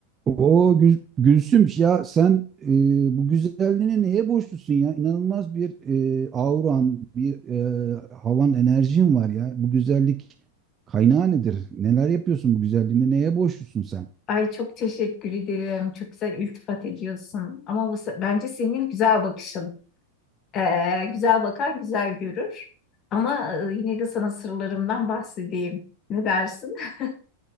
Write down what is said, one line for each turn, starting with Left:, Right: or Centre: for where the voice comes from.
Right: O Gülsüm ya sen e, bu güzelliğine neye borçlusun ya? İnanılmaz bir e, auran, bir e, havan, enerjin var ya. Bu güzellik kaynağı nedir? Neler yapıyorsun bu güzelliğine? Neye borçlusun sen?
Left: Ay çok teşekkür ederim. Çok güzel iltifat ediyorsun. Ama bu, se- bence senin güzel bakışın. Ee, güzel bakan güzel görür. Ama e, yine de sana sırlarımdan bahsedeyim. Ne dersin? <laughs>